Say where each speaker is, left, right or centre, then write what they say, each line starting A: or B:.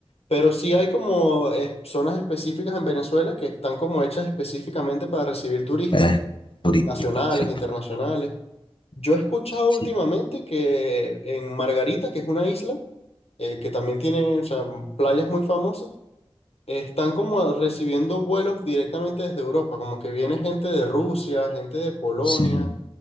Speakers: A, on the left; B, on the left.
A: Pero sí hay como eh, zonas específicas en Venezuela que están como hechas específicamente para recibir turistas
B: para turistas,
A: nacionales,
B: sí.
A: internacionales. Yo he escuchado
B: Sí,
A: últimamente que en Margarita, que es una isla, eh, que también tiene, o sea, playas muy famosas, están como recibiendo vuelos directamente desde Europa, como que viene gente de Rusia, gente de Polonia,
B: sí.